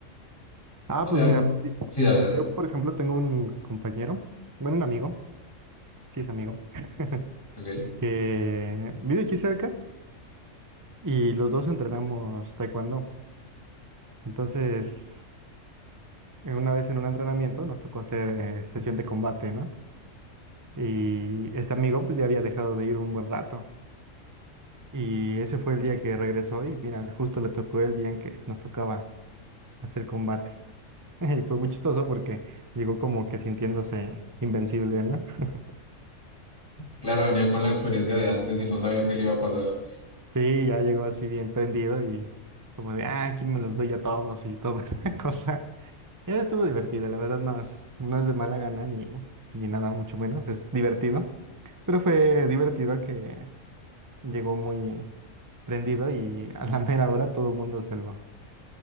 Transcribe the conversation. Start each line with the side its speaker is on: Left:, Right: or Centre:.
Right: Ah,
Left: No
Right: pues
Left: sé, algo.
Right: mira,
Left: Sí, dale, dale.
Right: yo por ejemplo tengo un compañero, bueno, un amigo, sí es amigo, <laughs>
Left: Ok.
Right: que vive aquí cerca. y los dos entrenamos taekwondo. Entonces, eh, una vez en un entrenamiento nos tocó hacer eh, sesión de combate, ¿no? Y este amigo pues ya había dejado de ir un buen rato. Y ese fue el día que regresó y mira, justo le tocó el día en que nos tocaba hacer combate. <laughs> Y fue muy chistoso porque llegó como que sintiéndose invencible, ¿no? <laughs>
Left: Claro, venía con la experiencia de antes y no sabía que le iba a pasar.
Right: Sí, ya llegó así bien prendido y como de, ah, aquí me los doy a todos y toda <laughs> la cosa. Esa estuvo divertida, la verdad no es, no es de mala gana ni, ni nada, mucho menos, es divertido. Pero fue divertido que llegó muy eh, prendido y a la mera hora todo el mundo se lo,